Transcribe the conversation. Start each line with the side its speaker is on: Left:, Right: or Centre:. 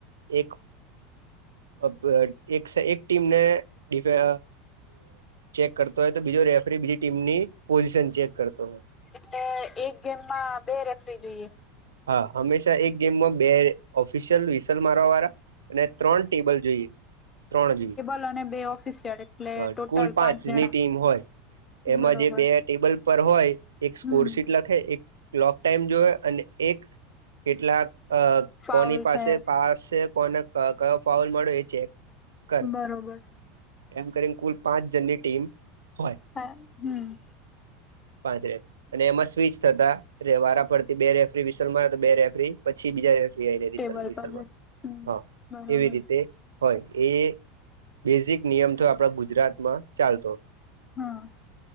Right: એક અપ એકસે એક ટીમને ડિફે ચેક કરતો હોય તો બીજો રેફરી બીજી ટીમની પોઝિશન ચેક કરતો હોય.
Left: એટલે એક ગેમમાં બે રેફરી જોઈએ.
Right: હા હંમેશા એક ગેમમાં બે ઓફિશિયલ વિસલ મારવા વાળા અને ત્રણ ટેબલ જોઈએ ત્રણ જોઈએ.
Left: અને બે ઓફિસિયલ. એટલે
Right: હ
Left: ટોટલ
Right: કુલ પાંચની
Left: પાંચ જણા
Right: ટીમ હોય એમાં
Left: બરોબર
Right: જે બે ટેબલ પર હોય એક સ્કોરશીટ
Left: હમ
Right: લખ એક કલોક ટાઈમ જોવે અને એક કેટલાક
Left: ફાઉલ
Right: કોની પાસે
Left: થયા
Right: પાસે કોને કયો મળ્યો એ કરે
Left: બરોબર.
Right: એમ કરીને કુલ પાંચ જનની ટીમ હોય.
Left: હા હમ.
Right: પાંચરે. અને એમાં સ્વચ થતા વારા ફરતી બે રેફરી વિશલમાં બે રેફરી પછી બીજા રેફરી. <unintelligible>
Left: ટેબલ પર બસ હમ
Right: હા
Left: બરોબર
Right: એવી રીતે. હોય એ બેઝિક નિયમ તો આપણા ગુજરાતમાં ચાલતો
Left: હમ.